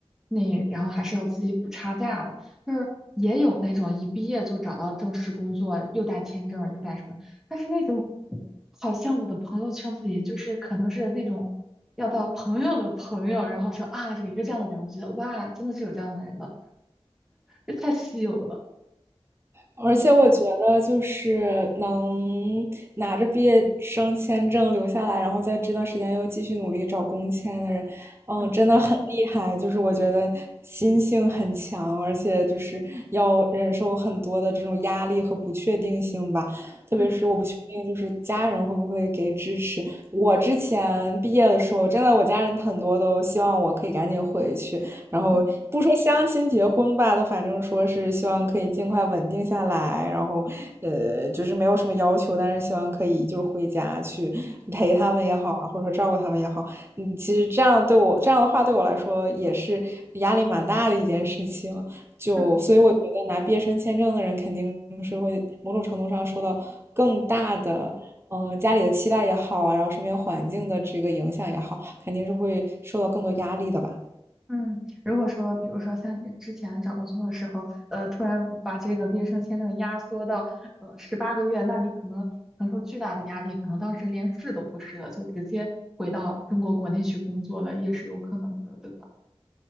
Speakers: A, in the centre; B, on the right.
A: 那然后还是要自己补差价的，就是也有那种一毕业就找到正式工作，又带签证又带什么，但是那种好像我的朋友圈子里就是可能是那种要到朋友的朋友，然后说啊有一个这样的人，人我觉得哇，真的的的，是有有这这样的人的这太稀有了。
B: 而且我觉得，
A: 嗯
B: 就是能拿着毕业生签证留下来，然后在这段时间又继续努力找工签的人，嗯，
A: 嗯
B: 真的很厉害。就是我觉得心性很强，而且就是要忍受很多的这种压力和不确定性吧。特别是我不确定，
A: 嗯
B: 就是家人会不会给支持。我之前毕业的时候，真的我家人很多都希望我可以赶紧回去，然后不说相亲结婚吧，
A: 嗯
B: 那反正说是希望可以尽快稳定下来，然后呃，就是没有什么要求，但是希望可以就是回家去陪他们也好，或者说照顾他们也好，嗯，其实这样对我这样的话对我来说也是压力蛮大的一件事情。就所以我觉得拿毕业生签证的人肯定是会某种程度上受到更大的，
A: 嗯。
B: 嗯，家里的期待也好啊，然后身边环境的这个影响也好，肯定是会受到更多压力的吧。
A: 嗯，如果说，比如说像你之前找工作的时候，呃，突然把这个毕业生签证压缩到呃十八个月，那你可能承受巨大的压力，可能当时连试都不试了，就直接回到中国国内去工作了，也是有可能的，对吧？